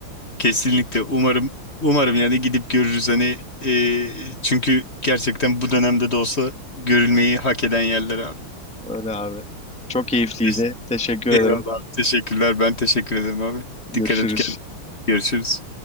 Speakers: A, on the left; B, in the centre.
A: Kesinlikle. Umarım umarım yani gidip görürüz hani e, çünkü gerçekten bu dönemde de olsa görülmeyi hak eden yerler abi.
B: Öyle abi. Çok keyifliydi.
A: <laughs> Teş-
B: Teşekkür
A: Eyvallah.
B: ederim.
A: Teşekkürler. Ben teşekkür ederim abi.
B: Görüşürüz.
A: Dikkat et kendine. Görüşürüz.